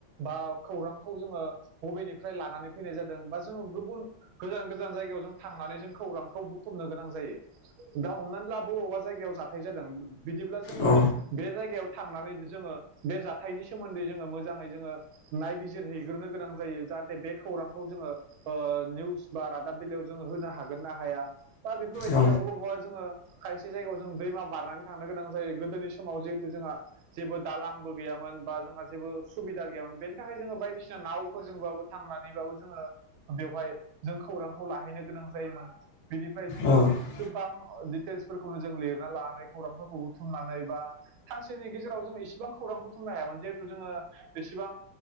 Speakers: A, on the right; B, on the left.
A: बा खौरांखौ जोङो बबेनिफ्राय लानानै फैनाय जादों बा जोङो गुबुन गोजान गोजान जायगायाव जों थांनानै जों खौरांखौ बुथुमनो गोनां जायो। दा हमनानै लाबबावा जायगायाव जाथाय जादों बिदिब्ला जोङो
B: औ
A: बे जायगायाव थांनानै जोङो बे जाथायनि सोमोन्दै जोङो मोजाङै जोङो नायबिजिरहैग्रोनो गोनां जायो जाहाथे बे खौरांखौ जोङो ओ निउस बा रादाब बेलइायाव जोङो होनो हागोन ना हाया दा बेफोरबायदिनो
B: औ
A: बबबा जोङो खायसे जायगायाव जों दैमा बारनानै थांनो गोनां जायो गोदोनि समाव जिहेथु जोंहा जेबो दालांबो गैयामोन बा जोंहा जेबो सुबिदा गैयामोन बेनि थाखाय जोङो बायदिसिना नावफोरजोंबाबो थांनानैबाबो जोङो बेवहाय जों खौरांखौ लाहैनो गोनां जायोमोन। बिनिफ्राय जोङो
B: औ
A: गोबां दिटेल्सफोरखौनो जों लिरना लानानै खौरांफोरखौ बुथुमनानै बा सानसेनि गेजेराव जोंङ एसेबां खौरां बुथुमनो हायामोन जिहेथु जोङो एसेबां